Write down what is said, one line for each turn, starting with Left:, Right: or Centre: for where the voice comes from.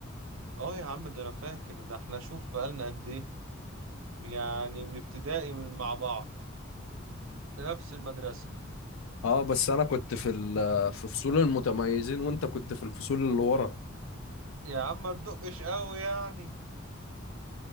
Right: اه يا عم ده انا فاكر ده احنا شوف بقالنا قد ايه يعني من ابتدائي من مع بعض في نفس المدرسة
Left: اه بس انا كنت في ال- في فصول المتميزين وانت كنت في الفصول اللي ورا
Right: يا عم ما تدقش قوي يعني